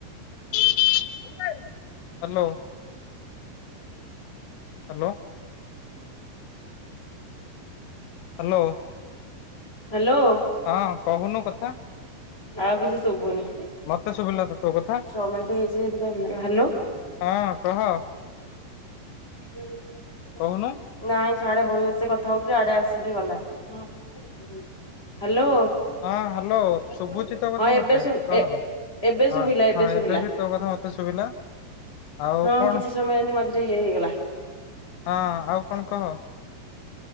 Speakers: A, on the left; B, on the left.
A: ହ୍ୟାଲୋ। ହ୍ୟାଲୋ। ହ୍ୟାଲୋ।
B: ହ୍ୟାଲୋ।
A: ହଁ, କହୁନୁ କଥା?
B: ଆଉ କିଛି ଶୁଭୁନି?
A: ମତେ ଶୁଭିଲା ତ ତୋ କଥା
B: ଛଅ ମିନ୍ଟି ହେଇଚି <unintelligible> ହ୍ୟାଲୋ।
A: ହଁ, କହ।
B: <inaudible>
A: କହୁନୁ
B: ନାଇଁ, ସାଡେ ଭଲସେ କଥା ହଉଥିଲି, ଆଡେ ଆସିଲି ଗଲା। <inaudible> ହ୍ୟାଲୋ,
A: ହଁ ହ୍ୟାଲୋ
B: ହଁ,
A: ଶୁଭୁଛି ତୋ କଥା
B: ଏବେ
A: ମତେ
B: ଶୁଭି
A: କହ
B: ଏ ଏବେ
A: ହଁ
B: ଶୁଭିଲା ଏବେ
A: ହଁ
B: ଶୁଭିଲା।
A: ବି ତୋ କଥା ମତେ ଶୁଭିଲା ଆଉ
B: ହଁ,
A: କଣ
B: କିଛି ସମୟ ଏଁତି ମଝିରେ ଇଏ ହେଇଗଲା।
A: ହଁ, ଆଉ କଣ କହ?